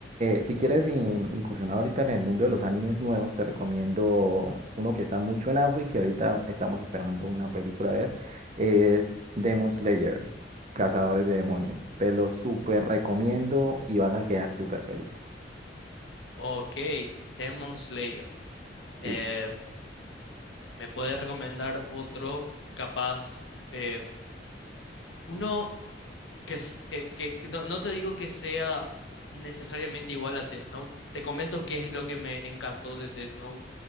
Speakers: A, on the right; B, on the left.
A: si quieres in- incursionar ahorita en el mundo de los animes nuevos, te recomiendo uno que está mucho en auge y que ahorita estamos esperando una película de él, es Demon Slayer, Cazadores de Demonios. Te lo súper recomiendo y vas a quedar súper feliz.
B: Ok, Demon Slayer.
A: Sí,
B: Eh, ¿me puedes recomendar otro capaz? eh, uno que, s- que, que no, no te digo que sea necesariamente igual a Death Note. Te comento qué es lo que me encantó de Death Note.